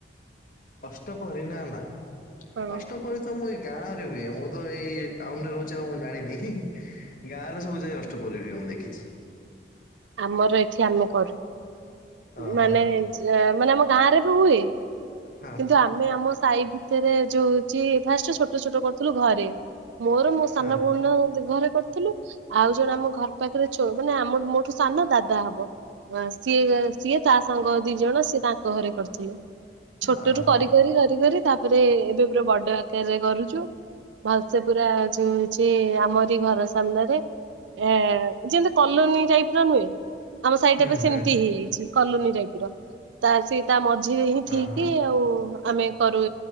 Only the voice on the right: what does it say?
ହଁ
ଆମର ଏଠି ଆମେ କରୁ।
ମାନେ ମାନେ ଆମ ଗାଁ ରେ ବି ହୁଏ।
କିନ୍ତୁ ଆମେ ଆମ ସାହି ଭିତରେ ଯୋଉ ହଉଚି ଫାଷ୍ଟ ଛୋଟ ଛୋଟ କରୁଥିଲୁ ଘରେ। ମୋର ମୋ ସାନ
ଭଉଣୀର ଘରେ କରିଥିଲୁ। ଆଉ ଜଣେ ଆମ ଘର ପାଖରେ ଛୋ ମାନେ ଆମ ମୋଠୁ ସାନଦାଦା ହବ ସିଏ ସିଏ ତା ସାଙ୍ଗ ଦି ଜଣ ସିଏ ତାଙ୍କ ଘରେ କରିଥିଲେ। ଛୋଟରୁ
କରି କରି କରି କରି ତାପରେ ଏବେ ପୁରା ବଡ ଆକାରରେ କରୁଛୁ। ଭଲସେ ପୁରା ଯୋଉ ହଉଛି ଆମରି ଘର ସାମ୍ନାରେ। ଏ ଯେମତି କଲୋନୀ ଟାଇପର ନୁହେଁ? ଆମ ସାଇଟା
ବି ସେମିତି
ହେଇଯାଇଛି କଲୋନୀ ଟାଇପ ତା ସେ ତା ମଝିରେ ହିଁ ଠିକି
ଆଉ ଆମେ କରୁ